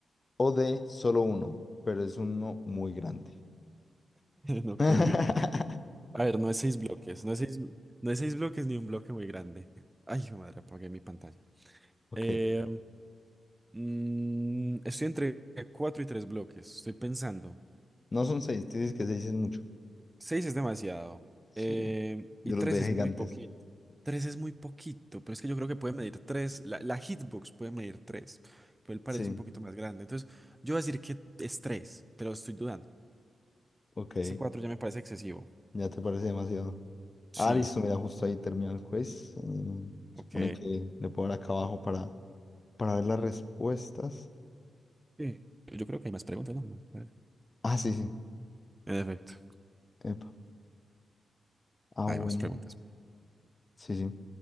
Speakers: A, on the left; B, on the right.
A: O D, solo uno, pero es uno muy grande.
B: No creo
A: <laughs>
B: que. A ver, no es seis bloques. No es seis, no es seis bloques ni un bloque muy grande. Ay, mi madre, apagué mi pantalla.
A: Ok.
B: Eh, mm, estoy entre cuatro y tres bloques. Estoy pensando.
A: No son seis, tú dices que seis es mucho.
B: Seis es demasiado.
A: Sí.
B: em,
A: Yo
B: y
A: los
B: tres
A: veía
B: es
A: gigantes.
B: muy poquito. Tres es muy poquito, pero es que yo creo que puede medir tres. La, la hitbox puede medir tres, pero él parece
A: Sí,
B: un poquito más grande. Entonces, yo voy a decir que es tres, pero estoy dudando.
A: ok.
B: Ese cuatro ya me parece excesivo.
A: Ya te parece demasiado.
B: Sí,
A: Ah, listo, mira, justo ahí termina el quiz. Eh, supone
B: ok.
A: que le puedo dar acá abajo para, para ver las respuestas.
B: Sí. Yo creo que hay más preguntas, ¿no? En
A: Ah, sí, sí.
B: efecto,
A: Epa. Ah,
B: hay
A: bueno.
B: más preguntas.
A: Sí, sí.